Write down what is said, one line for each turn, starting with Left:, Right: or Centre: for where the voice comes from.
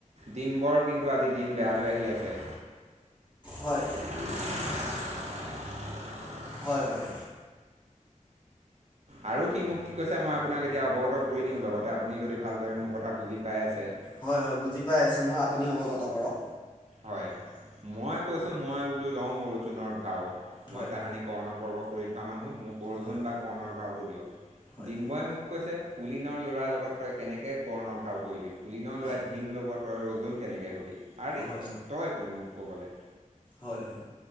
Right: ডিম্বৰ কিন্তু আজি দিন বেয়ালৈ আহি আছে।
Left: হয়।
Right: <unintelligible>
Left: হয় হয়।
Right: আৰু সি মোক কি কৈছে মই আপোনাক এতিয়া অৱগত কৰি দিম লগতে আপুনি যদি ভালদৰে মোৰ কথা বুজি পাই আছে।
Left: হয় হয় বুজি পাই আছোঁ মই আপুনি অৱগত কৰক।
Right: হয়, মই কৈছোঁ মই বোলো লওঁ অৰ্জুনৰ ভাও। মই
Left: হয়
Right: তাহানিক কৰ্ণ পৰ্ব কৰি থোৱা মানুহ মোক অৰ্জুন
Left: হয়
Right: বা কৰ্ণৰ ভাওটো দিয়ক।
Left: হয়
Right: ডিম্বই মোক কৈছে পুলিনৰ ল'ৰাৰ লগত তই কেনেকে কৰ্ণৰ ভাও কৰিবি! পুলি ল'ৰাই
Left: হয়
Right: ভীম ল'ব তই অৰ্জুন কেনেকৈ হ'বি আৰে।
Left: হয়
Right: তই কোন মোক ক'বলে,
Left: হয় হয়